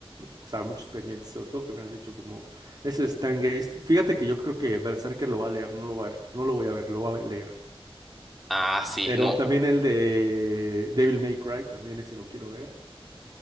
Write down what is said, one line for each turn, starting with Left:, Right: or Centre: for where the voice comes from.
Right: o sea, muchos pendientes, sobre todo que me has dicho como ese Stargate. Fíjate que yo creo que Berserker lo va a leer, no lo va a ver, no lo voy a ver, lo va a leer.
Centre: Ah, sí,
Right: Pero
Centre: no,
Right: también el de Devil May Cry, también ese lo quiero ver.